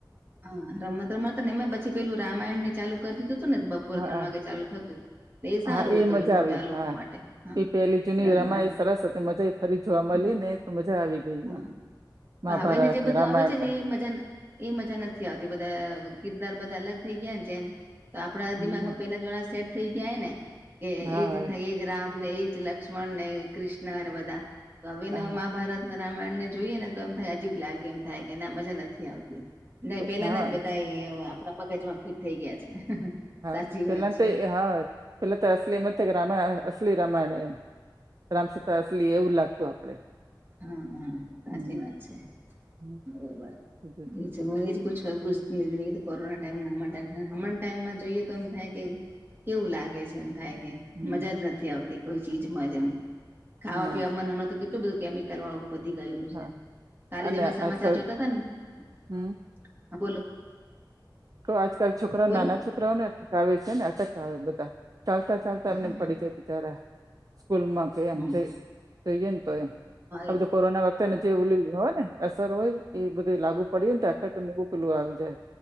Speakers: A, on the right (about 30°); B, on the right (about 50°).
A: હા રમત રમ મળતતા ને એ પછી પેલું રામાયણ ને ચાલુ કરી દીધું હતું ને બપોર
B: હા
A: ત્રણ વાગે ચાલુ થતું સારું
B: હા એ
A: હતું
B: મજા
A: મોટા
B: આવી
A: લોકો
B: હા
A: માટે હા
B: એ પેલી જૂની
A: રામાયણ
B: રમાઈ સરસ હતી મજા એ ફરી જોવા મળી
A: હમ
B: ને એ તો મજા આવી ગઈ
A: હા
B: એમ મહાભારત
A: પણ હવે ને જે બધું
B: રામાયણ
A: આવે છે ને એ મજા એ મજા નથી આવતી બધા કિરદાર બધા અલગ થઈ ગયા ને છે એમ તો આપડા
B: હમ
A: દિમાગમાં પેલા દ્વારા સેટ થઈ ગયા ને કે
B: હા
A: એ જ થ રામ ને એજ લક્ષ્મણ ને કૃષ્ણ અને બધા તો હવે
B: હા
A: મહાભારત ના રામાયણ ને જોઈએ ને તો એમ થાય અજીબ લાગે એમ થાય કે ના મજા નથી આવતી ના પેલા
B: હા
A: ને જ બધા આપણા પગજમાં ફિટ થઈ ગયા છે
B: હા
A: સાચી
B: પહેલા
A: વાત છે
B: તે હા પહેલા તો અસલી મ કે રમાણ અસલી રમાાયણ એમ રામસીતા અસલી એવું લાગતું આપડે
A: હા હા સાચી
B: હમ
A: વાત છે
B: હમ
A: બરોબર
B: બીજું-
A: મુ ઇજ પુછવા પુછતી થી કોરોના ટાઈ ટાઈમ ટાઈમાં જોઈએ તો એમ થાય કે કેવું લાગે છે એમ થાય કે
B: હમ,
A: મજા જ નથી આવતી કોઈ ચીજમાંજમ ખાવા
B: ના
A: પીવાવામાં હમણાં તો કેટલું બધું કેમિકલ વાળું ગયું
B: હા
A: છે કાલે
B: અને
A: જ અમે સમાચાર
B: આજકાલ
A: જોતા હતા ને
B: હમ
A: બોલો
B: તો આજકાલ છોકરા
A: બોલો
B: નાના છોકરાઓનેટ આવે છે ને અટક આવે બધા ચાલતા ચાલતા
A: હા
B: એમને પડી
A: એ
B: જાય બિચારા સ્કૂલમાં કે
A: હા
B: એમ જ જોઈએ ને તો એમ આ
A: એ
B: બધું કોરોના વતેને જે ઓલી હોય ને અસર હોય એ બધે લાગુ પડીે ને આટકનેવું કિલોું આવી જાય